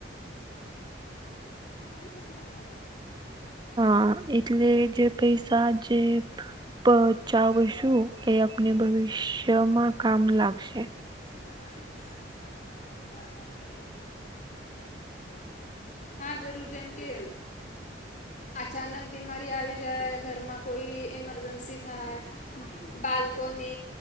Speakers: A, on the left; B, on the right.
A: <unintelligible>
B: હા એટલે જે પૈસા જે પચાવ છું. એ આપને ભવિષ્યમાં કામ લાગશે.
A: રશ્મિતા પાઈ ઉઠસવલા તજા બાદા પેલા હા જરૂર છેમ કે અચાનક બીમારી આવી જાય, ઘરમાં કોઈ ઇમરજન્સી થાય, બાળકોને